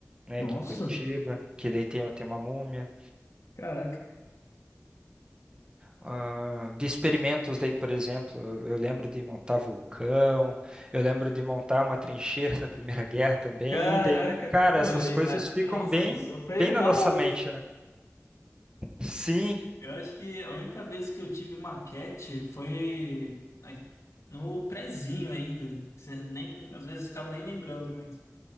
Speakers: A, on the right; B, on the left.
A: né,
B: Nossa,
A: aqui em Curitiba, que daí tem, tem uma múmia.
B: caraca.
A: ah, de experimentos daí, por exemplo, eu eu lembro de montar vulcão, eu lembro de montar uma trincheira da Primeira Guerra também,
B: Caraca,
A: e daí, cara,
B: pô,
A: essas
B: e-
A: coisas
B: ah,
A: ficam
B: nossa,
A: bem,
B: só foi
A: bem na
B: da
A: nossa
B: hora,
A: mente,
B: hein?
A: né? Sim,
B: Eu acho que a única vez que eu tive maquete foi na- no prezinho ainda. Você nem, às vezes ficava nem lembrando muito.